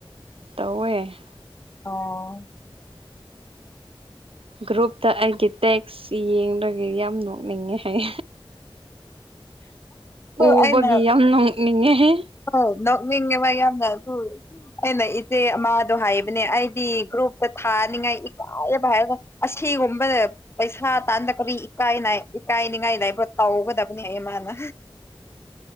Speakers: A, on the right; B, on the left.
A: ꯇꯧꯋꯦ
B: ꯑꯣ
A: ꯒ꯭ꯔꯨꯞꯇ ꯑꯩꯒꯤ ꯇꯦꯛꯁ ꯌꯦꯡꯂꯡꯒ ꯌꯥꯝ ꯅꯣꯛꯅꯤꯡꯉꯦ ꯍꯥꯏ
B: ꯍꯣꯏ
A: ꯎꯕꯒꯤ
B: ꯑꯩꯅ
A: ꯌꯥꯝ ꯅꯣꯡꯥꯛꯅꯤꯡꯉꯦꯍꯦ
B: ꯑꯧ ꯅꯣꯛꯅꯤꯡꯉꯦꯕ ꯌꯥꯝꯅ ꯑꯗꯨ ꯑꯩꯅ ꯏꯆꯦ ꯑꯃꯗꯣ ꯍꯥꯏꯕꯅꯦ ꯑꯩꯗꯤ ꯒ꯭ꯔꯨꯞꯇ ꯊꯥꯅꯤꯡꯉꯥꯏ ꯏꯀꯥꯏꯕ ꯍꯥꯏꯔꯒ ꯑꯁꯤꯒꯨꯝꯕꯗ ꯄꯩꯁꯥ ꯇꯥꯟꯗ ꯀꯔꯤ ꯏꯀꯥꯏ ꯏꯀꯥꯏꯅꯤꯉꯥꯏ ꯂꯩꯕ꯭ꯔꯥ ꯇꯧꯒꯗꯕ ꯃꯥꯅ